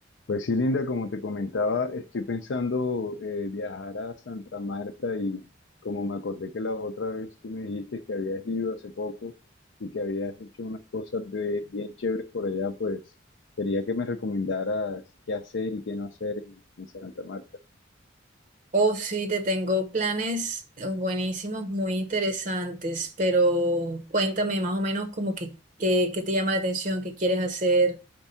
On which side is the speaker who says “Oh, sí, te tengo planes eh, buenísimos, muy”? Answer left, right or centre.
Right